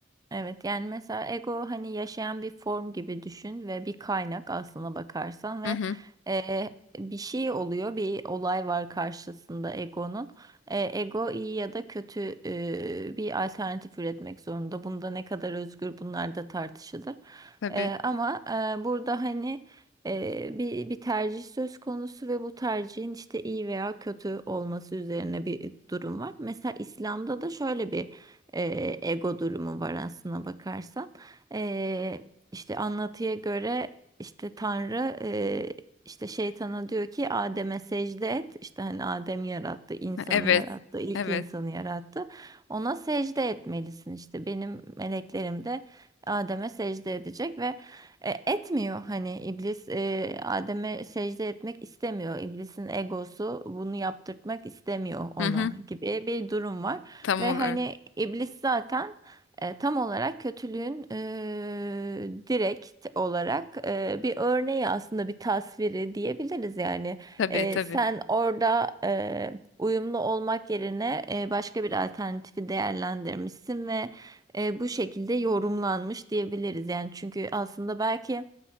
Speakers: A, on the right; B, on the left.
A: Evet yani mesela ego hani yaşayan bir form gibi düşün ve bir kaynak aslına bakarsan ve
B: Hı hı.
A: e, bir şey oluyor bir olay var karşısında egonun. E, ego iyi ya da kötü e, bir alternatif üretmek zorunda. Bunda ne kadar özgür bunlar da tartışılır.
B: Tabii.
A: E, ama e, burada hani e, bir, bir tercih söz konusu ve bu tercihin işte iyi veya kötü olması üzerine bir durum var. Mesela İslam'da da şöyle bir e, ego durumu var aslına bakarsan. E, işte anlatıya göre işte Tanrı e, işte şeytana diyor ki Adem'e secde et. İşte hani Adem yarattı, insanı
B: Evet.
A: yarattı, ilk
B: Evet.
A: insanı yarattı. Ona secde etmelisin işte. Benim meleklerim de Adem'e secde edecek ve e, etmiyor hani iblis e, Adem'e secde etmek istemiyor. İblisin egosu bunu yaptırtmak istemiyor ona
B: Hı hı.
A: gibi bir durum var.
B: Tam
A: Ve
B: olarak.
A: hani iblis zaten e, tam olarak kötülüğün e, direkt olarak e, bir örneği aslında bir tasviri diyebiliriz yani.
B: Tabii
A: E,
B: tabii.
A: sen orada e, uyumlu olmak yerine e, başka bir alternatifi değerlendirmişsin ve e, bu şekilde yorumlanmış diyebiliriz yani çünkü aslında belki